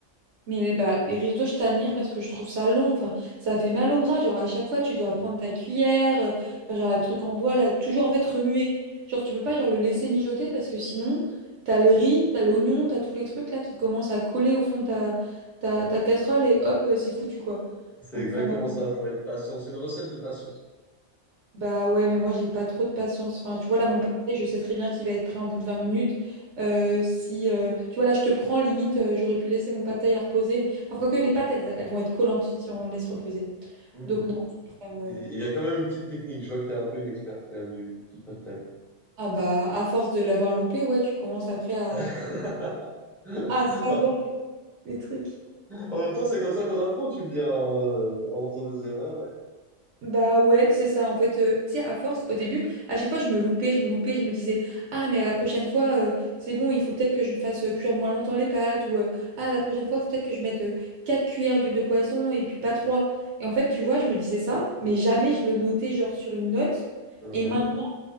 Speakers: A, on the right; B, in the centre.
A: Mais les, bah, les risottos, je t'admire parce que je trouve ça long. Enfin, ça fait mal au bras. Genre, à chaque fois, tu dois prendre ta cuillère. euh, Enfin, genre, le truc en bois, là, toujours en fait remuer. Genre, tu peux pas genre, le laisser mijoter parce que sinon, t'as le riz, t'as l'oignon, t'as tous les trucs là qui commencent à coller au fond de ta, ta, ta casserole et hop, euh, c'est foutu quoi.
B: C'est
A: Donc,
B: exactement
A: enfin,
B: ça, faut être patient. C'est une recette de patience.
A: bah ouais, mais moi j'ai pas trop de patience. Enfin, tu vois là mon parfait, je sais très bien qu'il va être prêt en bout de 20 minutes. Euh, si euh, tu vois là, je te prends limite, euh, j'aurais pu laisser mon pad thaï à reposer. Enfin, quoique les pâtes, elles, elles vont être collantes si on laisse reposer.
B: Hmm.
A: Donc non. euh,
B: Il il y a quand même une petite technique. Je vois que tu es un peu une experte quand même du, du pad thai.
A: ah bah à force de l'avoir loupé, ouais, tu commences après à,
B: <laughs>
A: à savoir
B: Bah,
A: les trucs.
B: En même temps, c'est comme ça qu'on apprend, tu me dis, hein, euh, en faisant des erreurs. ouais.
A: Bah ouais, c'est ça. En fait, euh, tu sais, à force, au début, à chaque fois, je me loupais, je me loupais, je me disais, ah, mais à la prochaine fois, euh, c'est bon, il faut peut-être que je fasse euh, cuire moins longtemps les pâtes, ou euh, ah, la prochaine fois, faut peut-être que je mette euh, 4 cuillères d'huile de poisson et puis pas trois Et en fait, tu vois, je me disais ça, mais jamais je le notais, genre, sur une note.
B: Mhm.
A: Et maintenant,